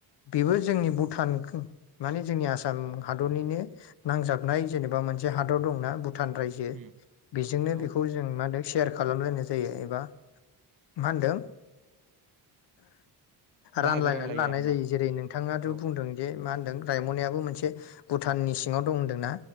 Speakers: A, on the left; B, on the right.
A: बेबो जोंनि भुटान ओ माने जोंनि आसाम हादरनिनो नांजाबनाय जेनेबा मोनसे हादर दंना बु भुटान राज्यो
B: उम,
A: बेजोंनो
B: औ
A: बेखौ
B: औ
A: जों सेयार खालामलायनाय जायो एबा मा होनदों रानलायनानै
B: बाहागो रानलायो
A: लानाय
B: आरोना
A: जायो जेरै नोंथाङाथ
B: औ
A: बुंदों जे मा होनदों रायम'नायाबो मोनसे भुटाननि सिङाव दं होनदोंना?